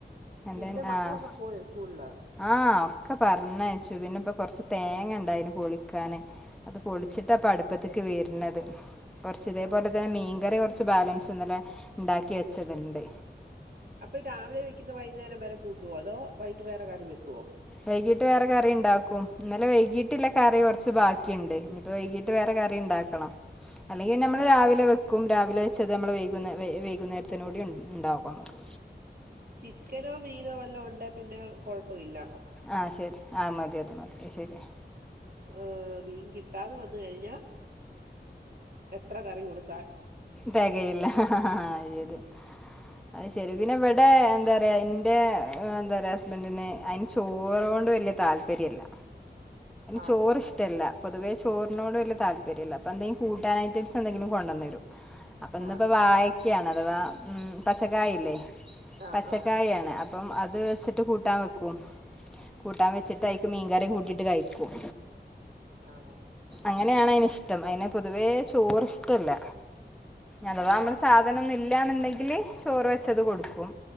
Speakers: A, in the centre; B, on the right.
A: എന്തേണ്ടാഹ്
B: പിന്നെ മക്കളൊക്കെ പോയോ സ്കൂളില്
A: ആഹ് ഒക്ക പർഞ്ഞ് ഷുവിന് പ്പൊ കൊർച്ച് തേങ്ങണ് ണ്ടയ്ന് പൊളിക്കാന് അത് പൊളിച്ചിട്ടാ പ്പട്പ്പത്ത്ക്ക് വെര്ണത് കൊർച്ച് തേപോലെ
B: ആഹാ
A: തന്നെ മീൻകറി കൊർച്ച് ബാലൻസ് ഇന്നലെ ണ്ടാക്കി വെ ച്ചത്ണ്ട്
B: അപ്പൊ രാവിലെ വെക്കുന്നെ വൈന്നേരം വരെ കൂട്ടുവോ അതോ വൈട്ട് വേറെ കറി വെക്കുവോ
A: വൈകീട്ട് വേറെ കറി ണ്ടാക്കും ന്നലെ വൈകീല കറി കൊർച്ച് ബാക്കിണ്ട് നിപ്പോ വൈകീട്ട് വേറെ കറി ണ്ടാക്കണം അല്ലെങ്കി
B: ആ.
A: നമ്മള് രാവിലെ വെ ക്കും രാവിലെ വെച്ചത് നമ്മള് വൈകുന്ന വെ വൈകുന്നേര്ത്തിനൂടി ണ്ടാകുമ്മക്ക്
B: ചിക്കനോ മീനോ വല്ലോണ്ടെ പിന്നെ കുഴപ്പവില്ല
A: ആഹ് ശരി ആ മതി അത് മതി അഅ്ശരിയാ
B: ആ മീൻ കി <unintelligible> വന്ന് കഴിഞ്ഞാ എത്ര കറി കൊടു
A: തെകയില്ല അയ് ശരി
B: ഉം.
A: അത് ശരി പിന്നെ വെ ഇടെ എന്താ പറയാ എന്റെ ഉം എന്താ പറിയാ ഹസ്ബന്റ്ന് അയിന് ചോറ് കൊണ്ട് വല്ല്യ താല്പര്യല്ല
B: ആണോ
A: ചോറ് ഇഷ്ടല്ല പൊതുവേ ചോറിനോട് വലിയ താല്പര്യം <unintelligible> അപ്പ എന്തേലും കൂട്ടാ ഐറ്റം എന്തെങ്കിലും കൊണ്ടന്ന് അപ്പൊ ഇന്നിപ്പോ
B: ആ ആ
A: വായക്കാണ് അഥവാ ഉം പച്ചക്കായല്ലേ
B: ആ
A: പച്ചക്കായാണ്
B: ആ
A: അ അപ്പം അത് വെച്ചിട്ട് കൂട്ടാൻ വെക്കും കൂട്ടാൻ വച്ചിട്ട അയ്ക്ക് മീങ്കറി കൂട്ടിട്ട് ട്ട കഴിക്കും
B: ആണോ
A: അങ്ങനെയാണ് അതയിന് ഇഷ്ടം അയിന് പൊതുവേ ചോറി ഇഷ്ടമല്ല അഥവാ
B: ആ
A: നമ്മള് സാധനൊന്ന ഇല്ല ല്ലാന്നുണ്ടെങ്കിൽ ചോറ് വെച്ചത് കൊടുക്കും